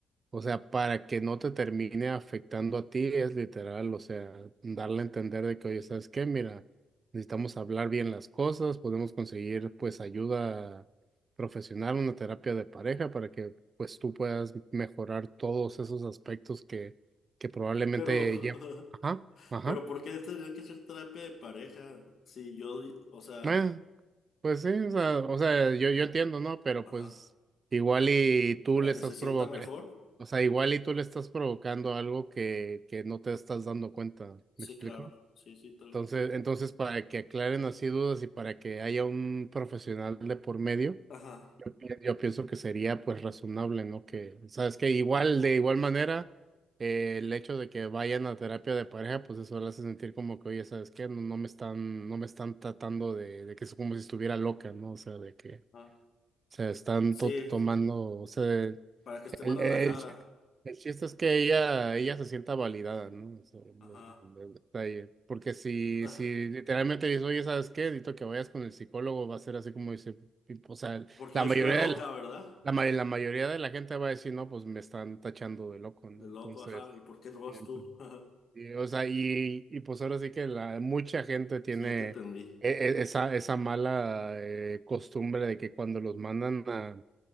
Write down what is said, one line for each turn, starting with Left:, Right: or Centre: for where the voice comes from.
Right: O sea, para que no te termine afectando a ti, es literal, o sea, darle a entender de que, oye, ¿sabes qué? Mira, necesitamos hablar bien las cosas, podemos conseguir pues ayuda profesional, una terapia de pareja para que pues tú puedas mejorar todos esos aspectos que, que probablemente
Left: Pero,
Right: ya...
Left: <laughs>
Right: Ajá, ajá.
Left: pero ¿por qué tendría que ser terapia de pareja? Si yo, o sea,
Right: Eh, Pues sí, o sea, o sea, yo, yo
Left: no,
Right: entiendo, ¿no? Pero
Left: ajá,
Right: pues igual y tú
Left: para
Right: le
Left: que
Right: estás
Left: se sienta
Right: provocando,
Left: mejor.
Right: o sea, igual y tú le estás provocando algo que, que no te estás dando cuenta,
Left: Sí,
Right: ¿me explico?
Left: claro. Sí, sí, tal
Right: Entonces,
Left: vez sí.
Right: entonces para que aclaren así dudas y para que haya un profesional de por medio,
Left: Ajá,
Right: yo pienso que sería pues razonable, ¿no? Que, sabes que igual, de igual manera, eh, el hecho de que vayan a terapia de pareja, pues eso le hace sentir como que, oye, ¿sabes qué? No, no me están, no me están tratando de, de que es como si estuviera loca, ¿no? O sea, de que
Left: ajá.
Right: se están
Left: Sí,
Right: to- tomando, o sea, el,
Left: para que esté
Right: el,
Left: más relajada.
Right: el chiste es que ella, ella se sienta validada, ¿no? O sea, lo-
Left: Ajá.
Right: lo- el detalle. Porque si,
Left: Ah,
Right: si literalmente le dices, oye, ¿sabes qué? Dito que vayas con el psicólogo, va a ser así como dice, tipo, o sea,
Left: porque
Right: la
Left: yo
Right: mayoría
Left: soy la loca,
Right: de la-
Left: ¿verdad?
Right: la, ma- la mayoría de la gente va a decir, no, pues me están tachando de loco,
Left: El
Right: ¿no? Entonces,
Left: loco, ajá. ¿Y por qué no vas
Right: entonces,
Left: tú? <laughs> Ajá.
Right: y, o sea, y, y pues ahora sí que la, mucha gente tiene
Left: Sí, ya te entendí.
Right: e- e- esa, esa mala eh, costumbre de que cuando los mandan a,